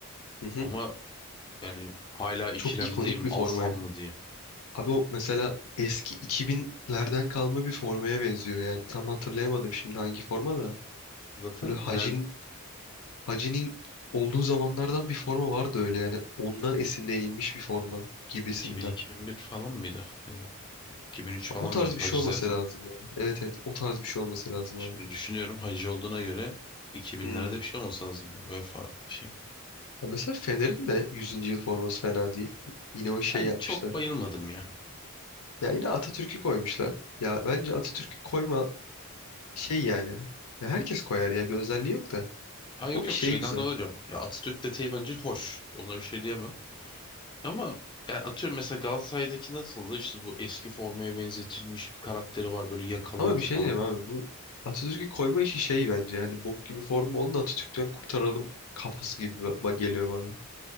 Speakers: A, on the left; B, on the left.
A: Hı hı.
B: Ama yani hala ikilemdeyim
A: Çok ikonik bir
B: alsam
A: formaya.
B: mı diye.
A: Abi o mesela eski iki binlerden kalma bir formaya benziyor. Yani tam hatırlayamadım şimdi hangi forma da.
B: Zaten
A: Böyle Hacin,
B: herhalde
A: Hacı'nin olduğu zamanlardan bir forma vardı öyle yani. Ondan esinlenilmiş bir forma gibisinden.
B: 2000-2001 falan mıydı? Ya da 2003 falan
A: O tarz
B: galiba.
A: bir şey
B: Hacı
A: olması
B: zaten
A: lazım yani. Evet evet o tarz bir şey olması lazım
B: Şimdi
A: abi.
B: düşünüyorum hacı olduğuna göre 2000'lerde
A: Hmm.
B: bir şey olması lazım. Vefa şey.
A: Ya Mesela Fener'in de yüzüncü yıl forması fena değil. Yine o şey
B: Ben
A: yapmışlar.
B: çok bayılmadım ya.
A: Ya yine Atatürk'ü koymuşlar. Ya bence Atatürk'ü koyma şey yani. Ya herkes koyar ya bir özelliği yok da.
B: Ha yok
A: O
B: yok
A: şey
B: şeyden
A: güzel.
B: dolayı diyorum. Ya Atatürk detayı bence hoş. Ona bir şey diyemem. Ama ya atıyorum mesela Galatasaray'daki nasıldı? İşte bu eski formaya benzetilmiş bir karakteri var. Böyle yakalıydı
A: Ama bir şey
B: falan.
A: diyeceğim abi bu Atatürk'ü koyma işi şey bence. Hani bok gibi formu oldu da Atatürk'ten kurtaralım kafası gibi ba- ba- geliyor bana.